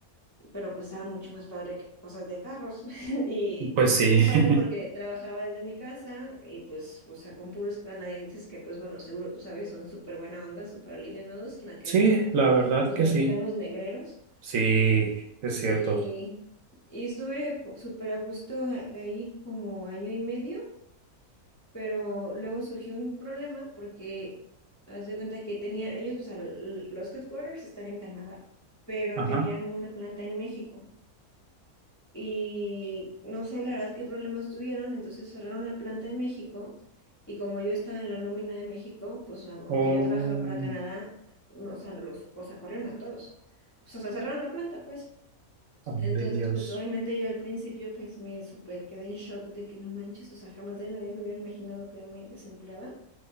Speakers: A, on the left (about 20°); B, on the right (about 70°).
A: Pero pues estaba mucho más padre que cosas de carros. <laughs> Y,
B: Pues
A: y pues
B: sí.
A: bien padre
B: <laughs>
A: porque trabajaba desde mi casa y pues, o sea, con puros canadienses que pues bueno, seguro tú sabes, son súper buena onda, súper alivianados, nada que
B: Sí,
A: ver con
B: la verdad
A: los
B: que
A: mexicanos
B: sí.
A: negreros.
B: Sí, es cierto.
A: Y, y estuve súper a gusto ahí como año y medio, pero luego surgió un problema porque haz de cuenta que tenían ellos, o sea, l- los headquarters están en Canadá, pero
B: Ajá.
A: tenían una planta en México. Y no sé la verdad qué problemas tuvieron, entonces cerraron la planta de México y como yo estaba en la nómina de México, pues a- aunque
B: Oh.
A: yo trabajaba para Canadá, no, o sea, los, o sea, corrieron a todos. Pues, o sea, cerraron la planta, pues.
B: Ay,
A: Entonces,
B: Dios.
A: pues obviamente yo al principio pues me super quedé en shock de que no manches, o sea, jamás en la vida me hubiera imaginado quedarme desempleada.